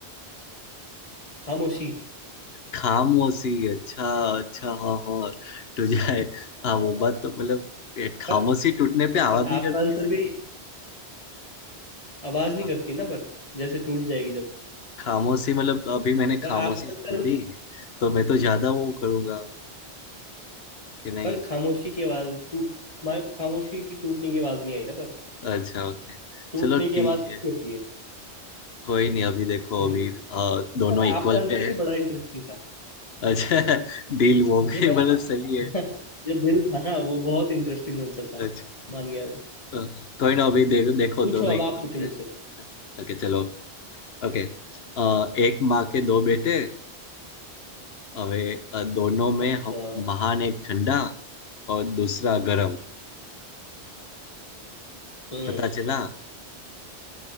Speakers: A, on the left; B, on the left.
A: खामोशी
B: खामोशी अच्छा अच्छा हाँ हाँ टू जाए हाँ वो
A: हाँ
B: बात तो मतलब ये खामोशी
A: पर
B: टूटने पे आवाज
A: पर
B: नहीं
A: आपका
B: करती
A: आंसर
B: है
A: भी आवाज
B: खा,
A: नहीं करती ना पर जैसे टूट जाएगी जब
B: खामोशी मतलब अभी मैंने खामोशी
A: पर आपका
B: तोड़ी
A: आंसर
B: तो मैं तो ज्यादा वो करूंगा कि नहीं
A: पर खामोशी की आवाज टूट हमारे खामोशी की टूटने की आवाज नहीं आई ना पर
B: अच्छा ओके
A: टूटने
B: चलो ठीक
A: की आवाज कैसी
B: है
A: होती है
B: कोई नहीं अभी देखो
A: हम्म
B: अभी अ, दोनों
A: पर
B: इक्वल
A: आपका आंसर
B: पे है
A: भी बड़ा इंटरेस्टिंग था
B: अच्छा <laughs> डील वो भी
A: नहीं पर
B: मतलब
A: आप
B: सही है
A: <laughs> जो दिल था ना वो बहुत इंटरेस्टिंग आंसर था
B: अच्छा
A: मान गया मैं
B: अ, कोई ना अभी दे, देखो
A: पूछो
B: दोनों
A: अब
B: इक्वल
A: आप पूछो
B: पे
A: मुझसे
B: है ओके चलो ओके अ, एक माँ के दो बेटे अवे अ, दोनों में
A: अच्छा
B: हम- महान एक ठंडा और दूसरा गरम
A: हम्म
B: पता चला